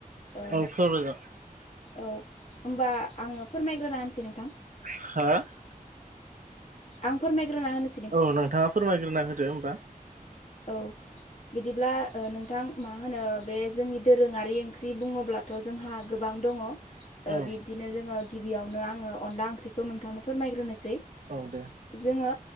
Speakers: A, on the left; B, on the right.
A: ओ
B: औ सावरायजागोन
A: औ ओमबा आङो फोरमायग्रोना होनसै नोंथां
B: हा?
A: आं फोरमायग्रोना होनोसो
B: औ नोंथाङा फोरमायग्रोना होदो ओमबा
A: औ बिदिब्ला ओ नोंथां मा होनो बे जोंनि दोरोङारि ओंख्रि बुङोब्ला थ' जोंहा गोबां दङ ओ
B: औ
A: बिब्दिनो जोङो गिबियावनो आङो अनला ओंख्रिखौ नोंथांनो फोरमायग्रोनोसै
B: औ दे।
A: जोङो